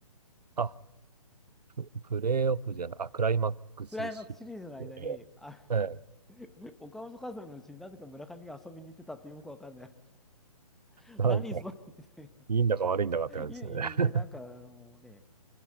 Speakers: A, on the right; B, in the centre.
A: あ、プ、プレーオフじゃない、あ、クライマックスシリーズ。
B: クライマックスシリーズの間に、
A: えはい。
B: あ <laughs> 岡本和真のうちになぜか村上が遊びに行ってたってよくわかんない。<laughs>
A: なんか、
B: 何それみたいな。
A: いいんだか悪いんだかって感じですね。
B: いいで、
A: <laughs>
B: なんか、あのね、